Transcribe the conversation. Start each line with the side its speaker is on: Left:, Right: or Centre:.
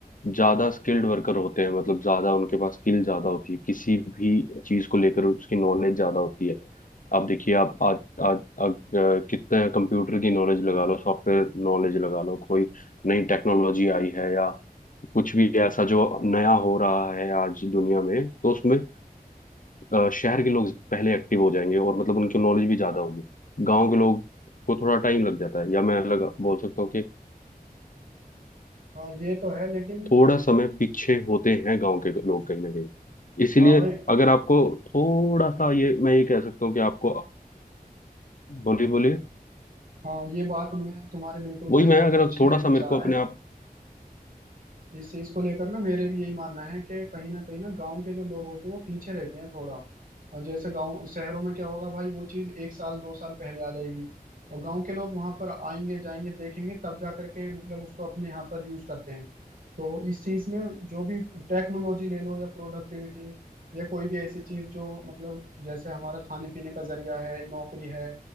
Left: ज्यादा स्किल्ड वर्कर होते हैं मतलब ज्यादा उनके पास स्किल ज्यादा होती है किसी भी चीज को लेकर उसकी नॉलेज ज्यादा होती है आप देखिए आप आज आज आज कितने कंप्यूटर की नॉलेज लगा लो सॉफ्टवेयर नॉलेज लगा लो कोई नई टेक्नोलॉजी आई है या कुछ भी ऐसा जो नया हो रहा है आज दुनिया में तो उसमें अ, शहर के लोग पहले एक्टिव हो जाएंगे और मतलब उनकी नॉलेज भी ज्यादा होगी गांव के लोग को थोड़ा टाइम लग जाता है या मैं अलग बोल सकता हूँ कि
Right: हाँ ये तो है लेकिन
Left: थोड़ा समय पीछे होते हैं गांव के लोग कहीं ना कहीं इसीलिए
Right: हाँ भाई
Left: अगर आपको थोड़ा सा ये मैं ये कह सकता हूँ कि आपको बोलिए बोलिए
Right: हाँ ये बात में तुम्हारे बिल्कुल
Left: वही
Right: भाई
Left: मैं
Right: बहुत
Left: अगर
Right: अच्छे
Left: थोड़ा सा
Right: विचार
Left: मेरे को अपने
Right: हैं
Left: आप
Right: इस चीज को लेकर ना मेरे भी यही मानना है कि कहीं ना कहीं ना गांव के जो लोग होते हैं वो पीछे रहते हैं थोड़ा और जैसे गांव शहरों में क्या होगा भाई वो चीज एक साल दो साल पहले आ जाएगी और गांव के लोग वहां पर आएंगे जाएंगे देखेंगे तब जा करके मतलब उसको अपने यहाँ पर यूज करते हैं तो इस चीज में जो भी टेक्नोलॉजी ले लो या प्रोडक्टिविटी या कोई भी ऐसी चीज जो मतलब जैसे हमारा खाने पीने का जरिया है नौकरी है